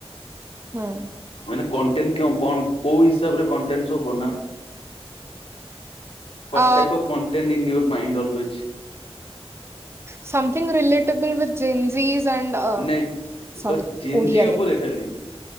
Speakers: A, on the right; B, on the left.
A: ହଁ।
B: ମାନେ କଣ୍ଟେଣ୍ଟ କେଉଁ କଣ କୋଉ ହିସାବରେ କଣ୍ଟେଣ୍ଟ ସବୁ ବନାଅ।
A: ଆ
B: what photo content in your mind always.
A: Something relatable ବି୍ ଜିନ୍ଜିସ୍ ଚାଓଲ୍ଡ ଅ
B: ନାଇଁ
A: ସରି
B: ଜେଞ୍ଜି
A: ଓଡ଼ିଆରେ
B: ଉପରେ ଖାଲି